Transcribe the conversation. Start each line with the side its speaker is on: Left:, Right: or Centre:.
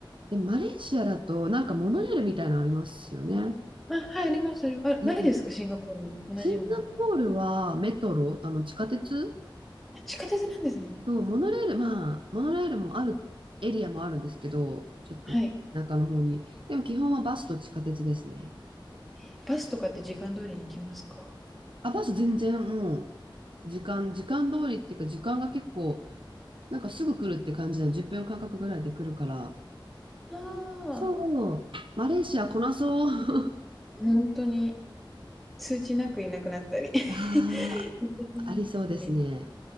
Right: で、マレーシアだと、なんかモノレールみたいなのありますよね。
Centre: あ、はい、あります、ありますあ、
Right: うん。
Centre: ないですか、シンガポールも同じような。
Right: シンガポールはメトロ、あの地下鉄
Centre: あ、地下鉄なんですね。
Right: とモノレール、まあ、モノレールもある、エリアもあるんですけど、ちょっと田舎の方に。
Centre: はい。
Right: でも基本はバスと地下鉄ですね。
Centre: えバスとかって時間通りに来ますか
Right: あ、バス全然もう時間、時間通りっていうか時間が結構、なんかすぐ来るって感じなの、10分間隔ぐらいで来るから。
Centre: ああ
Right: そう、マレーシアこなそう。
Centre: ー、本当に。通知なくいなくなったり
Right: <laughs>
Centre: <laughs> 通知なくなったり
Right: ああ、ありそうですね。